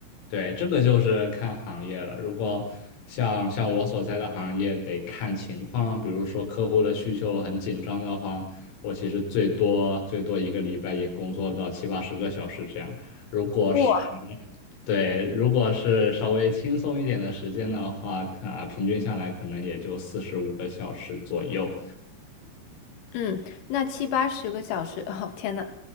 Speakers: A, on the left; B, on the left.
A: 对，这个就是看行业了。如果像像我所在的行业，得看情况。比如说客户的需求很紧张的话，我其实最多最多一个礼拜也工作到七八十个小时这样。如果是
B: 不，
A: 对，如果是稍微轻松一点的时间的话，啊，平均下来可能也就四十五个小时左右。
B: 嗯，那七八十个小时，<laughs> 哦，天呐，